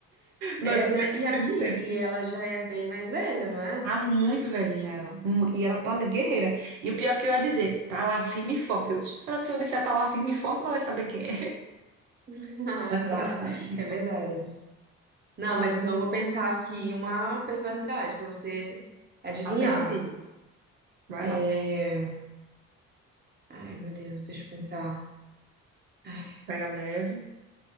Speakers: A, on the right; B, on the right.
A: Mas
B: É,
A: também
B: né? E aqui,
A: ao mesmo tempo.
B: e ela já é bem mais velha, não é?
A: Tá muito velhinha ela. Mu- E ela tá guerreira. E o pior que eu ia dizer, tá lá firme e forte. Eu, se ela- se eu disser tá lá firme e forte, ela vai saber quem é. <laughs>
B: <laughs> Ah,
A: Mas
B: tá.
A: ela tá lá firme
B: É
A: e forte.
B: verdade. Não, mas então eu vou pensar aqui uma personalidade pra você adivinhar.
A: Ah, pensa aí. Vai
B: É...
A: lá.
B: Ai, meu Deus, deixa eu pensar. Ai,
A: Pega leve.